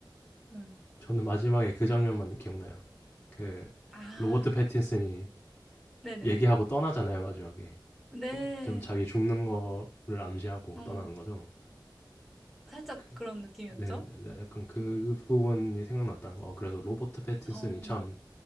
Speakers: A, in the centre; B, on the left.
A: 네.
B: 저는 마지막에 그 장면만 기억나요. 그,
A: 아,
B: 로버트 패틴슨이
A: 네네.
B: 얘기하고 떠나잖아요, 마지막에.
A: 네.
B: 어, 좀 자기 죽는 거를 암시하고
A: 어,
B: 떠나는 거죠.
A: 살짝
B: 그
A: 그런 느낌이었죠?
B: 네. 약간 그 부분이 생각났다는 거. '아 그래도 로버트 패틴슨이
A: 어,
B: 참